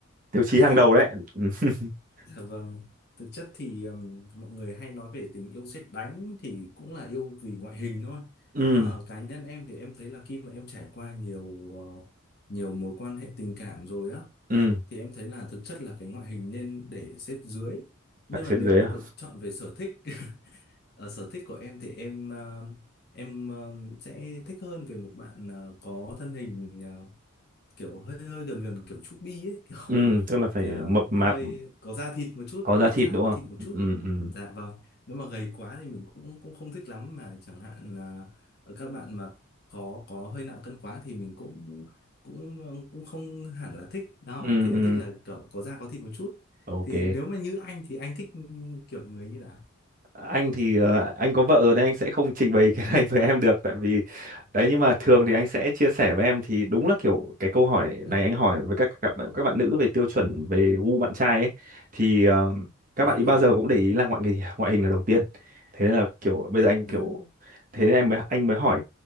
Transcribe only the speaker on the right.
tiêu chí
hàng đầu đấy. Ừ. <laughs>
Ừ,
ừ,
phải xếp
dưới
à?
Ừ, tức là phải
mập mạp
có da
thịt
đúng
không
ừ ừ
ừ
ừ
ok
anh thì ờ, anh có vợ rồi nên anh sẽ không trình bày <laughs> cái này với em được tại vì đấy nhưng mà thường thì anh sẽ chia sẻ với em thì đúng là kiểu cái câu hỏi
này anh hỏi với các các bạn, các bạn nữ về tiêu chuẩn về gu bạn trai ấy thì ờ, các
bạn ý
bao giờ cũng để ý là ngoại hình ngoại hình là đầu tiên thế nên là kiểu bây giờ anh
kiểu thế nên em mới anh mới hỏi